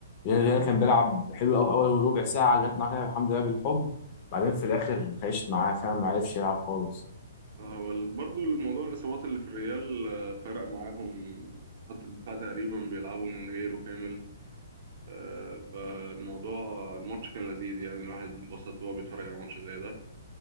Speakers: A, on the left (about 40°); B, on the right (about 55°).
A: الريال الريال كان بيلعب حلو قوي اول ربع ساعه جت معاه كده الحمد لله بالحب بعدين في الاخر خيشت معاه فاهم ما عرفش يلعب خالص
B: آه، هو برضه الموضوع الاصابات اللي في الريال آه، فرق معاهم خط الدفاع تقريبا بيلعبوا من غيره كامل آه، فالموضوع الماتش كان لذيذ يعني الواحد اتبسط وهو بيتفرج على ماتش زي ده